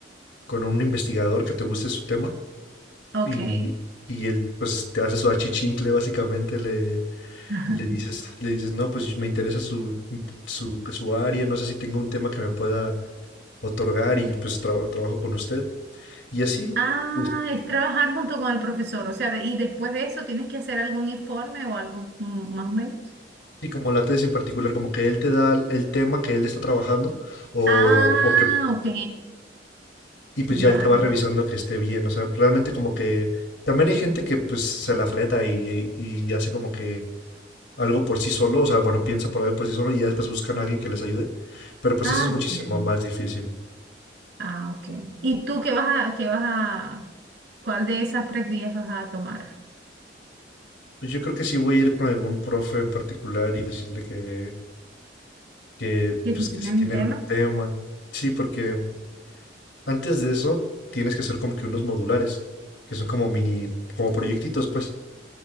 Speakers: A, on the left (about 85°); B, on the right (about 70°).
A: con un investigador que te guste su tema
B: Ok.
A: y, y él pues te hace su achichincle, básicamente le,
B: <laughs>
A: le dices, le dices, no, pues me interesa su, su, su área, no sé si tengo un tema que me pueda otorgar y pues traba- trabajo con usted. Y así,
B: Ah,
A: pues,
B: es trabajar junto con el profesor, o sea, de- y después de eso tienes que hacer algún informe o algo mm, más o menos.
A: y como la tesis en particular, como que él te da el tema que él está trabajando o,
B: Ah,
A: o que,
B: ok,
A: y pues
B: ya.
A: ya él te va revisando que esté bien. O sea, realmente como que también hay gente que pues se la fleta y, y hace como que algo por sí solo, o sea, bueno, piensa por algo por sí solo y ya después buscan a alguien que les ayude. Pero pues
B: Ah,
A: eso es muchísimo
B: sí.
A: más difícil.
B: Ah, ok. ¿Y tú qué vas a, qué vas a, cuál de esas tres vías vas a tomar?
A: Pues yo creo que sí voy a ir con algún profe en particular y decirle que, que
B: ¿Que
A: pues
B: si tienen
A: que si tiene
B: un tema?
A: algún tema. Sí, porque Antes de eso, tienes que hacer como que unos modulares, que son como mini, como proyectitos, pues.